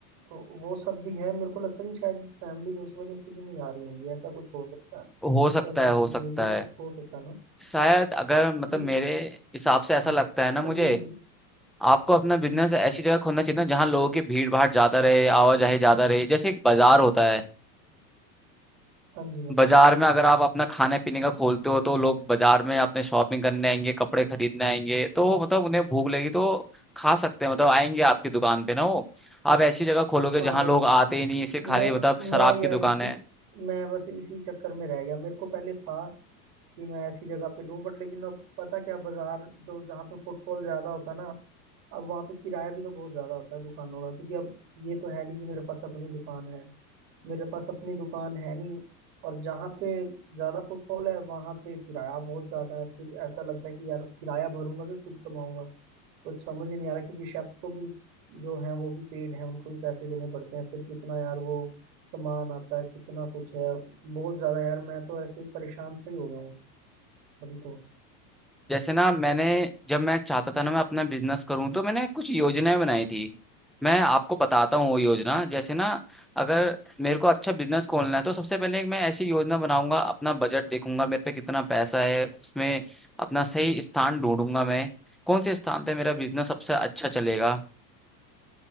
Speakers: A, on the right; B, in the centre.
A: तो वो सब भी है मेरे को लगता है कि शायद फैमिली उस वजह से भी नहीं आ रही होंगी ऐसा कुछ हो सकता है
B: हो सकता
A: इसका रीजन
B: है हो सकता
A: ये भी
B: है
A: एक हो सकता है ना
B: शायद अगर मतलब
A: क्योंकि
B: मेरे हिसाब से ऐसा
A: हाँ
B: लगता है ना मुझे
A: हाँ जी हाँ जी
B: आपको अपना बिजनेस
A: हम्म,
B: ऐसी जगह खोलना चाहिए ना जहाँ लोगों की भीड़ भाड़ ज्यादा रहे आवाजाही ज्यादा रहे जैसे एक बाजार होता है
A: हाँ जी हाँ
B: बाजार
A: जी
B: में अगर आप अपना खाने पीने का खोलते हो तो लोग बाजार में अपने शॉपिंग करने आएंगे कपड़े खरीदने आएंगे तो मतलब उन्हें भूख लगी तो खा सकते हैं मतलब आएंगे आपकी दुकान पे ना वो आप ऐसी जगह खोलोगे
A: हाँ
B: जहाँ
A: बस
B: लोग आते ही नहीं इसे खाली
A: मैं
B: मतलब शराब
A: मैं यार
B: की दुकान
A: इसी
B: है
A: मैं बस इसी चक्कर में रह गया मेरे को पहले था कि मैं ऐसी जगह पे लूं बट लेकिन अब पता क्या बाजार जो जहाँ पे फुटफॉल ज्यादा होता है ना अब वहाँ पे किराया भी तो बहुत ज्यादा होता है दुकानों का क्योंकि अब ये तो है नहीं कि मेरे पास अपनी दुकान है मेरे पास अपनी दुकान है नहीं और जहाँ पे ज्यादा फुटफॉल है वहां पे किराया बहुत ज्यादा है फिर ऐसा लगता है कि यार किराया भरूंगा कि खुद कमाऊंगा कुछ समझ ही नहीं आ रहा क्योंकि शेफ को भी जो है वो भी पेड है उनको भी पैसे देने पड़ते हैं फिर कितना यार वो सामान आता है कितना कुछ है बहुत ज्यादा यार मैं तो ऐसे परेशान सही हो गया हूँ अभी तो
B: जैसे ना मैंने जब मैं चाहता था ना मैं अपना बिजनेस करूं तो मैंने कुछ योजनाएं बनाई थी मैं आपको बताता हूँ वो योजना जैसे ना अगर मेरे को अच्छा बिजनेस खोलना है तो सबसे पहले मैं ऐसी योजना बनाऊंगा अपना बजट देखूंगा मेरे पे कितना पैसा है उसमें अपना सही स्थान ढूंढूंगा मैं कौन से स्थान पे मेरा बिजनेस सबसे अच्छा चलेगा